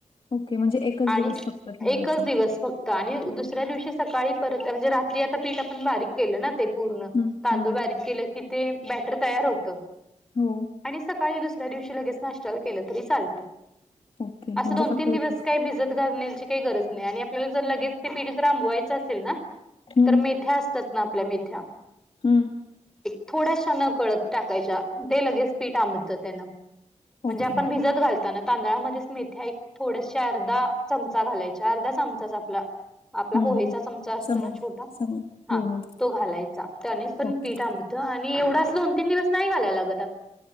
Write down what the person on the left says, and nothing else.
ओके, म्हणजे एकच
दिवस फक्त ठेवायचं.
हम्म
हम्म
हो
ओके
म्हणजे
फक्त
एकच
हं,
हम्म.
ओके.
हं,
हं.
समज
समज.
हो, हो.
ओके.